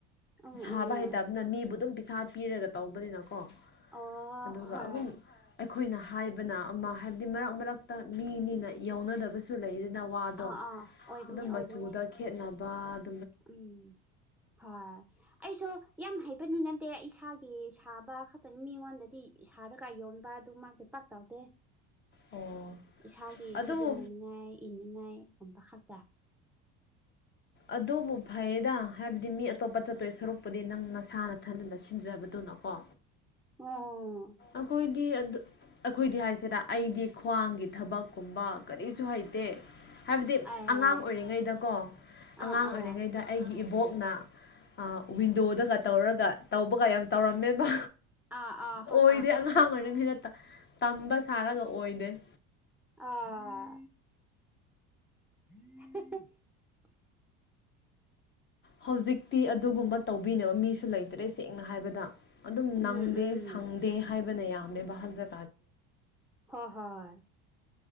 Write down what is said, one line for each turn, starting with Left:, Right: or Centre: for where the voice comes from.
Centre: ꯎꯝ
Left: ꯁꯥꯕ
Centre: ꯎꯝ
Left: ꯍꯩꯇꯕꯅ ꯃꯤꯕꯨ ꯑꯗꯨꯝ ꯄꯩꯁꯥ ꯄꯤꯔꯒ ꯇꯧꯕꯅꯤꯅꯀꯣ
Centre: ꯑ
Left: ꯑꯗꯨꯒ
Centre: ꯍꯥꯏ
Left: ꯑꯗꯨꯝ ꯑꯩꯈꯣꯏꯅ ꯍꯥꯏꯕꯅ ꯑꯃ ꯍꯥꯏꯕꯗꯤ ꯃꯔꯛ ꯃꯔꯛꯇ ꯃꯤꯅꯤꯅ ꯌꯧꯅꯗꯕꯁꯨ ꯂꯩꯌꯦ꯫ ꯅꯋꯥꯗꯣ
Centre: ꯑꯥ ꯑꯥ ꯑꯣꯏꯕꯅꯦ
Left: ꯑꯗꯨꯝ
Centre: ꯑꯣꯏꯕꯅꯦ
Left: ꯃꯆꯨꯗ ꯈꯦꯠꯅ ꯄꯥꯠ꯫
Centre: ꯎꯝ ꯍꯣꯏ꯫ ꯑꯩꯁꯨ꯫ ꯌꯥꯝ ꯍꯥꯏꯕꯅꯤ ꯅꯗꯦ ꯏꯁꯥꯒꯤ ꯁꯥꯕ ꯈꯛꯇꯅꯤ ꯃꯤꯉꯣꯟꯗꯗꯤ ꯁꯥꯔꯒ ꯌꯣꯟꯕ ꯑꯗꯨ ꯃꯥꯏꯗꯤ ꯄꯥꯛ ꯇꯥꯎꯗꯦ꯫
Left: ꯑꯣ
Centre: ꯏꯁꯥꯒꯤ
Left: ꯑꯗꯨꯕꯨ
Centre: ꯁꯤꯖꯤꯟꯅꯅꯤꯡꯉꯥꯏ ꯏꯅꯤꯡꯉꯥꯏ꯫ ꯑꯣꯟꯕ ꯈꯥꯇ꯫
Left: ꯑꯗꯨꯕꯨ ꯐꯩꯌꯦꯗ꯫ ꯍꯥꯏꯕꯗꯤ ꯃꯤ ꯑꯇꯣꯞꯄ ꯆꯠꯇꯣꯏ ꯁꯔꯨꯛ꯫ ꯄꯨꯗꯤ ꯅꯪ ꯅꯁꯥ ꯅꯊꯟꯗꯅ ꯁꯤꯟꯖꯕꯗꯨꯅꯀꯣ꯫
Centre: ꯎꯪ
Left: ꯑꯈꯣꯏ꯫ ꯑꯩꯈꯣꯏꯗꯤ ꯍꯥꯏꯁꯤꯔ ꯑꯩꯗꯤ ꯈ꯭ꯋꯥꯡꯒꯤ ꯊꯕꯛꯀꯨꯝꯕ ꯀꯔꯤꯁꯨ ꯍꯩꯇꯦ꯫ ꯍꯥꯏꯕꯗꯤ
Centre: ꯑꯦ
Left: ꯑꯉꯥꯡ ꯑꯣꯏꯔꯤꯉꯩꯗꯀꯣ
Centre: ꯑꯥ
Left: ꯑꯉꯥꯡ
Centre: ꯑꯥ
Left: ꯑꯣꯏꯔꯤꯉꯩꯗ ꯑꯩꯒꯤ ꯏꯕꯣꯛ꯫ ꯅ ꯋꯤꯟꯗꯣꯗꯒ ꯇꯧꯔꯒ ꯇꯧꯕꯒ ꯌꯥꯝ ꯇꯧꯔꯝꯃꯦꯕ꯫
Centre: ꯑꯥ ꯑꯥ ꯍꯣꯢ꯫
Left: ꯑꯣꯏꯗꯤ ꯑꯉꯥꯡ ꯑꯣꯏꯔꯤꯉꯩ <unintelligible> ꯇꯝꯕ ꯁꯥꯔꯒ ꯑꯣꯏꯗꯦ꯫
Centre: ꯑꯥ <unintelligible>
Left: ꯍꯧꯖꯤꯛꯇꯤ ꯑꯗꯨꯒꯨꯝꯕ꯫ ꯇꯧꯕꯤꯅꯕ ꯃꯤꯁꯨ ꯂꯩꯇ꯭ꯔꯦ ꯁꯦꯡꯅ ꯍꯥꯏꯕꯗ꯫ ꯑꯗꯨꯝ ꯅꯪꯗꯦ
Centre: ꯎꯝ ꯎꯝ
Left: ꯁꯪꯗꯦ ꯍꯥꯏꯕ꯫ ꯅꯌꯥꯝ ꯃꯦꯕ ꯍꯟꯖ
Centre: ꯍꯣꯏ ꯍꯣꯏ꯫